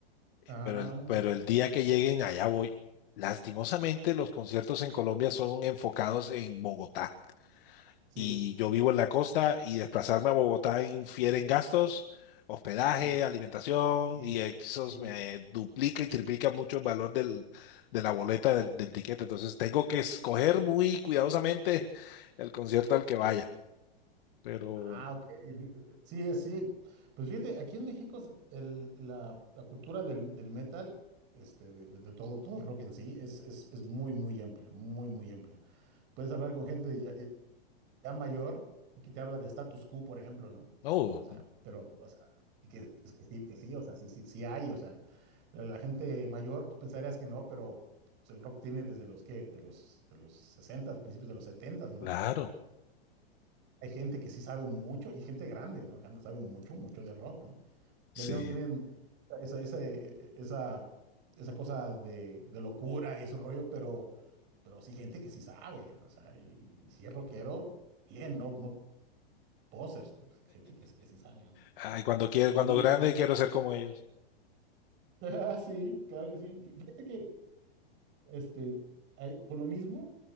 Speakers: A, on the right; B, on the left.
A: Ah,
B: pero el, pero el día que lleguen allá voy. Lastimosamente, los conciertos en Colombia son enfocados en Bogotá.
A: sí,
B: y yo vivo en la costa y desplazarme a Bogotá infiere en gastos, hospedaje,
A: sí,
B: alimentación
A: sí.
B: y eso
A: sí.
B: me duplica y triplica mucho el valor del, de la boleta del, del tiquete. Entonces tengo que escoger muy cuidadosamente el concierto al que vaya. Pero,
A: Ah, ok. Sí, sí. Pues fíjate, aquí en México s- el- la, la cultura del, del metal, este, de, de- todo, todo el rock en sí, es, es, es muy, muy amplia, muy, muy amplia. Puedes hablar con gente ya, ya- ya mayor y que te habla de status quo, por ejemplo, ¿no?
B: no,
A: O sea, pero, o sea, y que, que sí, que sí, o sea, sí, sí, sí hay, o sea, la, la gente mayor, tú pensarías que no, pero pues, el rock tiene desde los, ¿qué? De los, de los 60, principios de los 70, ¿no?
B: claro,
A: Hay gente que sí sabe mucho y gente grande, ¿no? Gente que sabe mucho, mucho de rock, ¿no?
B: sí.
A: Ya, ya no tienen esa, esa, e- esa, esa cosa de, de locura y ese rollo, pero, pero sí gente que sí sabe, o sea, y, y si es rockero, bien, no, no posers, gente que, sí- que sí sabe, ¿no?
B: Ay, cuando quiero,
A: Sí,
B: cuando grande
A: sí, sí.
B: quiero
A: <laughs>
B: ser como ellos.
A: Ah, sí, claro que sí. Fíjate que este, hay- por lo mismo,